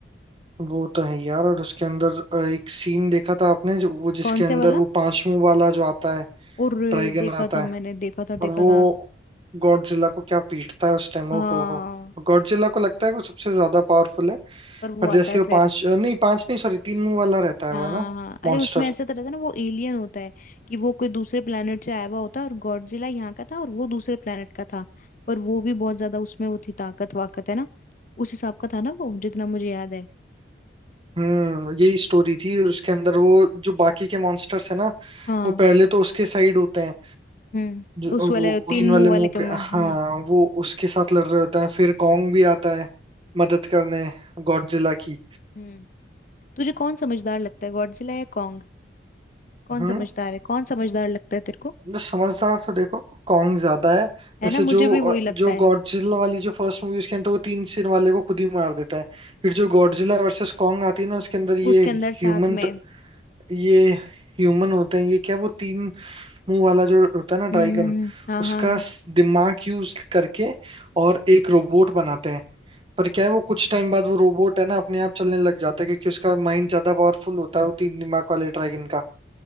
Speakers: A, on the right (about 30°); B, on the left (about 45°).
A: वो तो है यार और उसके अंदर अ, एक सीन देखा था आपने जो वो जिसके
B: कौन
A: अंदर
B: से वाला
A: वो पांच मुंह वाला जो आता है
B: और
A: ड्रैगन
B: देखा
A: आता
B: था मैंने
A: है
B: देखा था देखा
A: और वो
B: था
A: गॉडजिला को क्या पीटता है उस टाइम
B: हाँ
A: ओ हो हो गॉडजिला को लगता है कि वो सबसे ज्यादा पावरफुल है
B: पर वो
A: पर
B: आता
A: जैसे
B: है
A: वो
B: फिर
A: पांच अ, नहीं पांच नहीं सॉरी तीन मुंह वाला रहता है
B: हाँ
A: वो है ना
B: हाँ अरे
A: मॉन्स्टर
B: उसमें ऐसा तो रहता है ना वो एलियन होता है कि वो कोई दूसरे प्लेनेट से आया हुआ होता है और गॉडजिला यहाँ का था और वो दूसरे प्लेनेट का था पर वो भी बहुत ज्यादा उसमें वो थी ताकत वाकत है ना उस हिसाब का था ना वो जितना मुझे याद है
A: हम्म यही स्टोरी थी और उसके अंदर वो जो बाकी के मॉन्स्टर्स है ना
B: हाँ
A: वो पहले तो उसके साइड होते हैं
B: हम्म
A: जो
B: उस
A: वो
B: वाले तीन
A: ग्रीन वाले
B: मुंह वाले
A: मुंह
B: के म-
A: के
B: हम्म
A: हाँ वो उसके साथ लड़ रहे होते हैं फिर कॉन्ग भी आता है मदद करने गॉडजिला की
B: हम्म तुझे कौन समझदार लगता है गॉडजिला या कॉन्ग कौन
A: हम्म
B: समझदार है कौन समझदार लगता है तेरे को
A: बस समझदार तो देखो कॉन्ग ज्यादा है
B: है
A: जैसे
B: ना मुझे
A: जो
B: भी वही लगता
A: जो
B: है
A: गॉडजिला वाली जो फर्स्ट मूवी उसके अंदर वो तीन सिर वाले को खुद ही मार देता है फिर जो गॉडजिला वर्सेस कॉन्ग आती है ना उसके अंदर ये
B: उसके अंदर
A: ह्यूमन
B: साथ में
A: ये ह्यूमन होते हैं ये क्या वो तीन मुंह वाला जो होता है ना
B: हम्म
A: ड्रैगन
B: हाँ
A: उसका
B: हाँ हाँ।
A: स- दिमाग यूज करके और एक रोबोट बनाते हैं पर क्या है वो कुछ टाइम बाद वो रोबोट है ना अपने आप चलने लग जाता है क्योंकि उसका माइंड ज्यादा पावरफुल होता है वो तीन दिमाग वाले ड्रैगन का